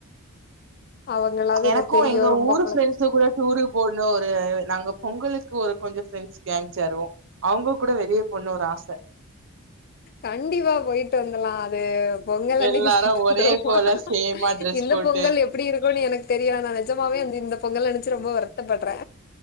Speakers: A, on the left; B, on the right.
A: அவங்களாவது
B: எனக்கு
A: தெரியு
B: எங்க
A: ரொம்ப
B: ஊரு ஃப்ரெண்ட்ஸ கூட டூரு போடணு ஒரு நாங்க பொங்கலுக் க்கு ஒரு கொஞ்சோ ஃப்ரெண்ட்ஸ் காங் சேருவோ அவங்க கூட வெளிய போட்ணு ஒரு ஆச
A: கண்டிப்பா போயிட்டு வந்துலா கு பொங்கல் அன்னிக்கு
B: எல்லாரு
A: போயிட்டு
B: ஒரே
A: வந்துருமா
B: போல சேமா ட்ரெஸ்
A: இந்த
B: போட்டு
A: பொங்கல் எப்பிடி இருக்குன் எனக் தெரியானா நெஜமாவே வந்து இந்த பொங்கல் நெனைச்சி ரொம்ப வருத்தப்படறே